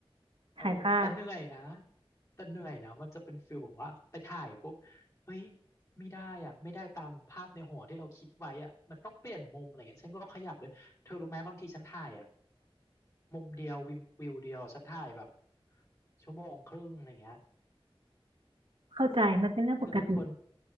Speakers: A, on the left; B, on the right.
A: เออแต่เหนื่อยนะ
B: ถ่ายภาพ
A: แต่เหนื่อยนะมันจะเป็นฟิลแบบว่าไปถ่ายปุ๊บเฮ้ยไม่ได้อ่ะไม่ได้ตามภาพในหัวที่เราคิดไว้อ่ะมันต้องเปลี่ยนมุมอะไรเงี้ยฉันก็ขยับเลยเธอรู้ไหมบางทีฉันถ่ายอ่ะมุมเดียววิววิวเดียวฉันถ่ายแบบชั่วโมงครึ่งอะไรเงี้ย
B: เข้าใจมันเป็นเรื่องปกติ
A: คือเป็นคน